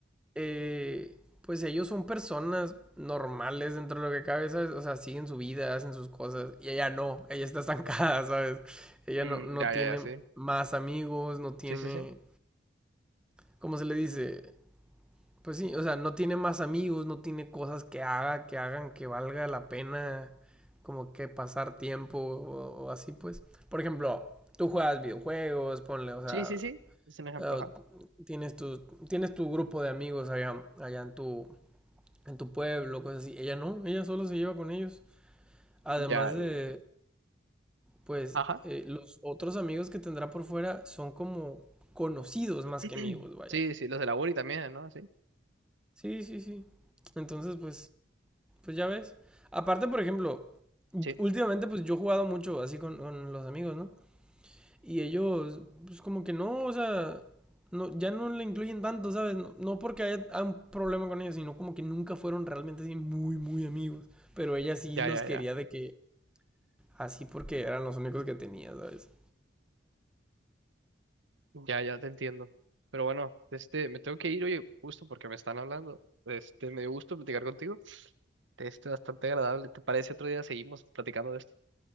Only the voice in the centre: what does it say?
Eh, pues ellos son personas normales dentro de lo que cabe, ¿sabes? O sea, siguen su vida, hacen sus cosas. Y ella no, ella está estancada, <laughs> ¿sabes? Ella
no, no
tiene
más amigos, no tiene,
¿cómo se le dice? Pues sí, o sea, no tiene más amigos, no tiene cosas que haga, que hagan que valga la pena como que pasar tiempo o, o así, pues. Por ejemplo, tú juegas videojuegos, ponle, o sea,
eh,
tienes tu, tienes tu grupo de amigos allá, allá en tu, en tu pueblo, cosas así. Ella no, ella solo se lleva con ellos. Además
de,
pues,
eh, los otros amigos que tendrá por fuera son como conocidos
más que amigos, vaya.
Sí, sí, sí. Entonces, pues, Pues ya ves. Aparte, por ejemplo,
últimamente pues yo he jugado mucho así con, con los amigos, ¿no? Y ellos, pues como que no, o sea, no, ya no le incluyen tanto, ¿sabes? No, no porque haya haya un problema con ellos, sino como que nunca fueron realmente así muy, muy amigos. Pero ella sí
los
quería
de que así porque eran los únicos que tenía, ¿sabes?